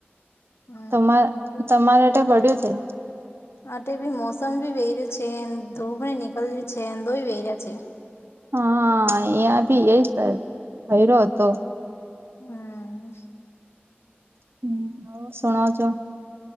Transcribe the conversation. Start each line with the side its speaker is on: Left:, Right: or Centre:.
Left: હમ
Right: તમાર તમારે પડ્યું છે.
Left: આટેભી મોસમ ભી વહી રહ્યું છે, ધૂપની નીકલ્યુ છે. અંધો વહી રહ્યા છે.
Right: હા, એબીએ હયરો હતો.
Left: હમ.
Right: હું હ શુંણાવજો.